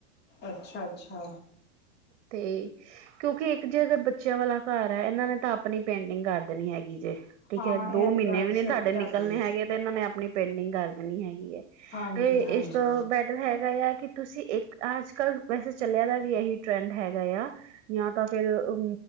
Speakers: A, on the left; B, on the right.
A: ਅੱਛਾ, ਅੱਛਾ
B: ਤੇਂ ਕਿਉਂਕਿ ਇੱਕ ਜੇ ਅਗਰ ਬੱਚਿਆਂ ਵਾਲਾ ਘਰ ਹੈ ਇਹਨਾਂ ਨੇ ਤਾਂ ਆਪਣੀਂ ਪੇਂਟਿੰਗ ਕਰ ਦੇਣੀ ਹੈਗੀ ਜੇ। ਠੀਕ
A: ਹਾਂ
B: ਹੈ ਦੋ
A: ਇਹ ਤੇ
B: ਮਹੀਨੇ
A: ਗੱਲ
B: ਵੀ ਨਹੀਂ
A: ਸਹੀ
B: ਤੁਹਾਡੇ
A: ਤੁਹਾਡੀ
B: ਨਿਕਲਣੇ ਹੈਗੇ ਤੇ ਇਹਨਾਂ ਨੇ ਆਪਣੀਂ ਪੇਂਟਿੰਗ ਕਰ ਦੇਣੀ ਹੈਗੀ ਐ।
A: ਹਾਂਜੀ
B: ਤੇ
A: ਹਾਂਜੀ
B: ਇਸ ਤੋਂ ਬੈਟਰ ਹੈਗਾ ਆ ਕਿ ਤੁਸੀਂ ਇੱਕ ਅੱਜ ਕੱਲ ਵੈਸੇ ਚੱਲਿਆ ਦਾ ਵੀ ਇਹੀ ਟਰੈਂਡ ਹੈਗਾ ਆ ਜਾਂ ਤਾਂ ਫੇਰ ਅਮ